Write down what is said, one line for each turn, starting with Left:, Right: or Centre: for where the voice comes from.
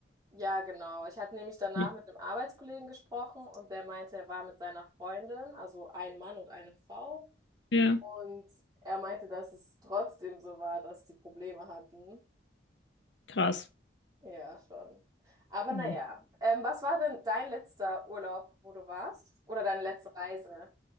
Right: Ja, genau. Ich hatte nämlich danach
Left: Ja.
Right: mit einem Arbeitskollegen gesprochen und der meinte, er war mit seiner Freundin, also ein Mann und eine Frau.
Left: Ja,
Right: Und er meinte, dass es trotzdem so war, dass die Probleme hatten.
Left: krass.
Right: Ja, schon. Aber
Left: Mhm.
Right: naja, ähm, was war denn dein letzter Urlaub, wo du warst? Oder deine letzte Reise?